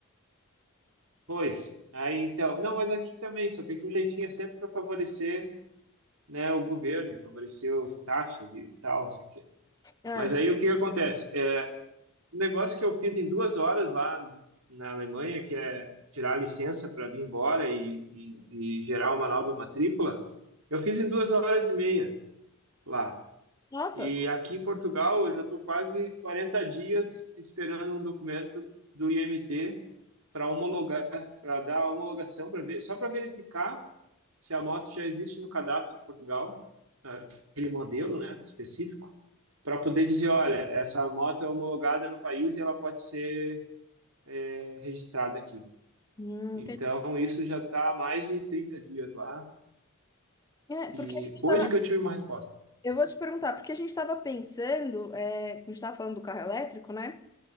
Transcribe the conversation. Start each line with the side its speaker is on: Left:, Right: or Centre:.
Right: Pois, aí então, não, mas aqui também, só que aqui o jeitinho é sempre para favorecer, né, o governo, favorecer os taxas e tal, não sei o quê.
Left: É.
Right: Mas aí o que que acontece? É, um negócio que eu fiz em duas horas lá na Alemanha, que é tirar a licença para vir embora e, e, e gerar uma nova matrícula, eu fiz em duas horas e meia lá.
Left: Nossa,
Right: E aqui em Portugal, eu já estou quase 40 dias esperando um documento do IMT para homologar, para dar a homologação, para ver, só para verificar se a moto já existe no cadastro de Portugal, ah, aquele modelo, né, específico, para poder dizer, olha, essa moto é homologada no país e ela pode ser eh, registrada aqui.
Left: Hum,
Right: Então,
Left: entendi.
Right: isso já está há mais de 30 dias lá.
Left: É, porque
Right: E
Left: a gente
Right: hoje
Left: tava,
Right: que eu tive uma resposta.
Left: eu vou te perguntar, porque a gente estava pensando, é, a gente estava falando do carro elétrico, né?